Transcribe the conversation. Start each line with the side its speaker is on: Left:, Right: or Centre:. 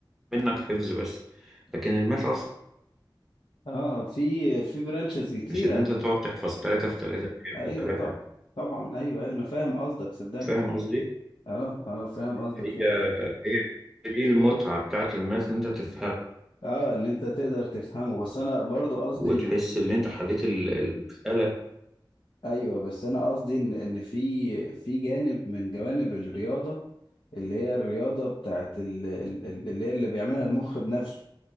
Centre: منك حفظ بس لكن الماس اصلا
Left: اه في في برانشز كتيرة
Centre: مش ان انت تقعد تحفظ ثلاثة في ثلاثة
Left: ايوه
Centre: في ثلاثة
Left: طب طبعا ايوه ايوه انا فاهم قصدك صدقني
Centre: فاهم قصدي
Left: اه اه فاهم قصدك
Centre: هي
Left: يعني
Centre: هي دي المتعة بتاعت الماس ان انت تفهمه
Left: اه ان انت تقدر تفهمه بس انا برضو قصدي
Centre: وتحس
Left: ان
Centre: ان انت حليت ال- المسألة
Left: ايوه بس انا قصدي ان ان في في جانب من جوانب الرياضة اللي هي الرياضة بتاعت ال- ال- ال- اللي هي اللي بيعملها المخ بنفسه